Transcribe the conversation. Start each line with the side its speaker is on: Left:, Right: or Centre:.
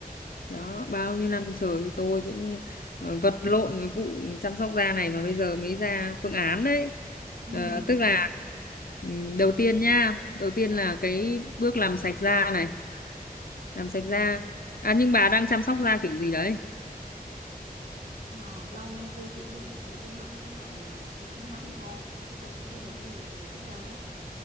Left: đó bao nhiêu năm trời tôi cũng ờ, vật lộn với vụ chăm sóc da này mà bây giờ mới ra phương án đấy
Right: <laughs> ừ.
Left: Ờ, tức là ừm, đầu tiên nha đầu tiên là cái bước làm sạch da này làm sạch da à nhưng bà đang chăm sóc da kiểu gì đấy
Right: mà lâu nay tôi chỉ dùng sữa rửa mặt với lại à, kem chống nắng thôi chứ tôi không có dùng cái gì đặc biệt hết trơn á